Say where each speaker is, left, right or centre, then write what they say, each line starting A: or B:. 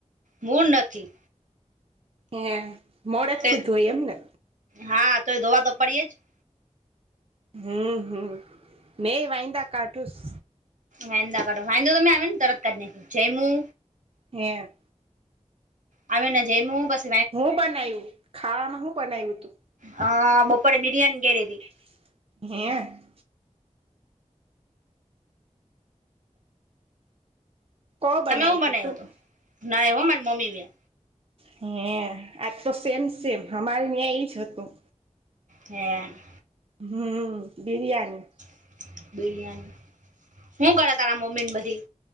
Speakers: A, on the right; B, on the right.
A: મૂડ નથી.
B: હ મોડદ
A: તે
B: થી ધોઈ એમ ને.
A: હા તો એ ધોવા તોપડીએે જ.
B: હમ હમ મે વાહીંદા કાઠુંસ.
A: વાંદા કઢો વાંદો તો મેં આવી ને તરત કાઢ નાખ્યો જમું
B: હે
A: આવી ને જૈમું બસ
B: હું બનાવ્યું ખાવામાં હું બનાવ્યું હતું.
A: હા બપોરે બિરયાની કરીઈ હતી.
B: <inaudible> હે કો બનાવી
A: તમે શું બનાવ્યું
B: તી તું
A: હતું ના એવો મારી મમ્મી ભ
B: હ આજ તો સેમ સેમ અમારે ન્યાં એજ હતું.
A: હે. <inaudible>
B: હમ બિરિયાની.
A: <inaudible> બિરિયાની <inaudible> શું કર તારા મમી ને બધી.